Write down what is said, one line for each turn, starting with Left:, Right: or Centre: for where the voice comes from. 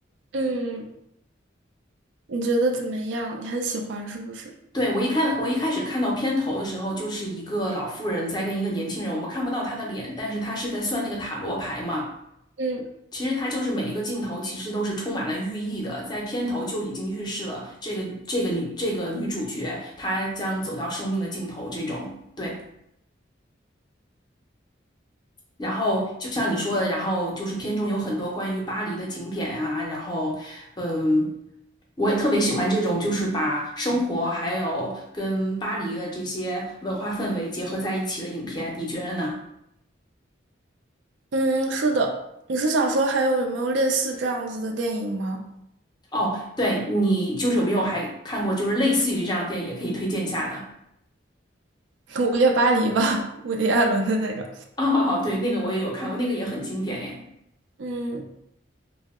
Right: 嗯，你觉得怎么样？你很喜欢是不是？
Left: 对，我一看，我一开始看到片头的时候，就是一个老妇人在跟一个年轻人，我们看不到她的脸，但是她是在算那个塔罗牌嘛。
Right: 嗯
Left: 其实它就是每一个镜头其实都是充满了寓意的，在片头就已经预示了这个这个女这个女主角她将走到生命的尽头这种对。然后就像你说的，然后就是片中有很多关于巴黎的景点啊，然后嗯、我也特别喜欢这种就是把生活还有跟巴黎的这些文化氛围结合在一起的影片，你觉得呢？
Right: 嗯，是的。你是想说还有有没有类似这样子的电影吗？
Left: 哦，对，你就是有没有还看过就是类似于这样的电影，也可以推荐一下的。
Right: <laughs> 午夜巴黎吧，伍迪·艾伦的那种。
Left: 哦哦哦，对，那个我也有看过，那个也很经典耶。
Right: 嗯